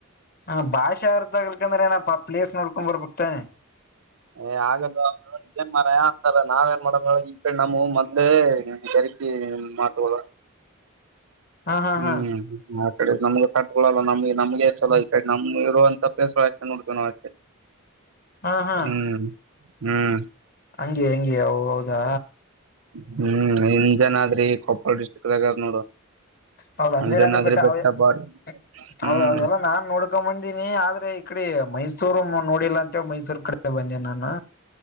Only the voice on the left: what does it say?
ಹ ಭಾಷಾ ಅರ್ಥ ಆಗ್ಲಕಂದ್ರೇ ಎನಪ್ಪ ಪ್ಲೇಸ್ ನೋಡ್ಕೊಂಡ್ ಬರ್ಬೇಕ್ತಾನೆ.
ಹಾ ಹಾ
ಹಾ
ಹಾ ಹಾ
ಹಂಗೆ ಹೆಂಗೆ ಹೌದಾ
ಹೌದು ಅಂಜನಾದ್ರ
ಬೆಟ್ಟ
<unintelligible>
ನಾನ್ ನೋಡ್ <unintelligible> ಗ ಬಂದೀನಿ ಆದ್ರೆ ಇ ಕಡೆ ಮೈಸೂರು ನೋಡಿಲ್ಲಾ ಅಂತ ಮೈಸೂರ್ ಕಡೆ ಬಂದೆನಿ ನಾನು.